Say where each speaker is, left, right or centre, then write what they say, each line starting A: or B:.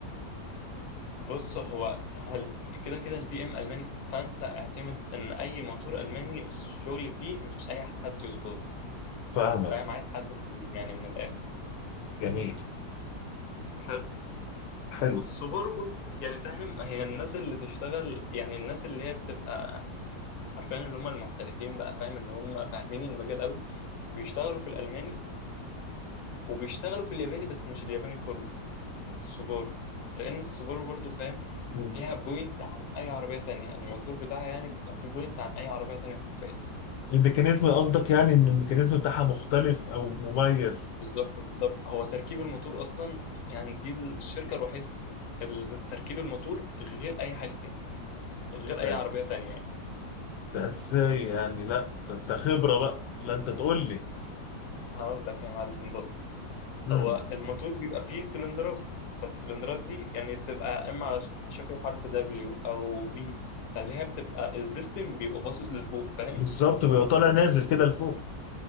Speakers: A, on the left; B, on the left.
A: بص هو هل- كده كده البي ام الماني فانت اعتمد ان اي موتور الماني الشغل فيه مش اي حد يظبطه
B: فاهمك
A: فاهم عايز حد من- يعني من الاخر
B: جميل
A: حلو
B: حلو
A: والسوبرو برضه يعني فاهم هي الناس اللي تشتغل يعني الناس اللي هي بتبقى عارفين اللي هم المحترفين بقى فاهم اللي هم فاهمين المجال قوي بيشتغلوا في الألماني وبيشتغلوا في الياباني بس مش الياباني كله السوبرو لأن السوبرو برضه فاهم
B: مم.
A: فيها بوينت عن أي عربية تانية الموتور بتاعها يعني بيبقى فيه بوينت عن أي عربية تانية حرفيا
B: الميكانيزم قصدك يعني ان الميكانيزم بتاعها مختلف او مميز
A: بالظبط بالظبط هو تركيب الموتور أصلا يعني دي الشركة الوحيدة اللي تركيب الموتور غير أي حاجة تانية غير
B: طب
A: أي عربية تانية يعني
B: ده ازاي يعني لا ده انت خبره بقى لا انت تقول لي
A: هقول لك يا معلم بص
B: امم
A: هو الموتور بيبقى فيه سلندرات فالسلندرات دي يعني بتبقى اما على ش- شكل حرف دبليو او في فاللي هي بتبقى البستم بيبقى باصص لفوق فاهم
B: بالظبط بيبقى طالع نازل كده لفوق